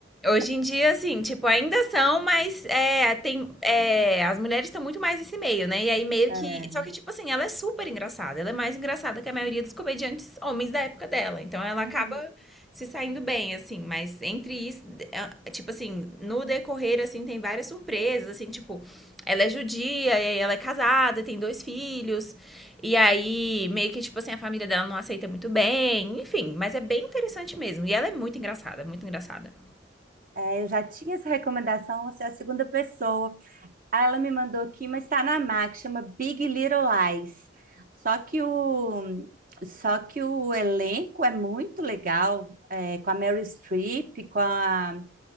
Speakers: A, in the centre; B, on the right (about 50°).
A: Hoje em dia, assim, tipo, ainda são, mas é, tem, é, as mulheres estão muito mais nesse meio, né? E aí meio
B: É.
A: que. Só que, tipo assim, ela é super engraçada. Ela é mais engraçada que a maioria dos comediantes homens da época dela. Então ela
B: Uhum.
A: acaba se saindo bem, assim. Mas entre isso, é, tipo assim, no decorrer, assim, tem várias surpresas, assim, tipo, ela é judia, e aí ela é casada, tem dois filhos. E aí, meio que, tipo assim, a família dela não aceita muito bem, enfim, mas é bem interessante mesmo. E ela é muito engraçada, muito engraçada.
B: É, eu já tinha essa recomendação, você é a segunda pessoa. Aí ela me mandou aqui, mas está na Max, chama Big Little Lies. Só que o, só que o elenco é muito legal, é, com a Meryl Streep, com, a,